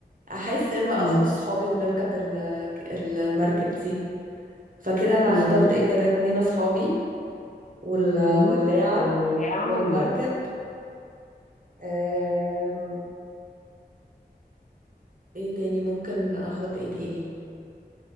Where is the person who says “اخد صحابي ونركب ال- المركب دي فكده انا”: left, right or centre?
Right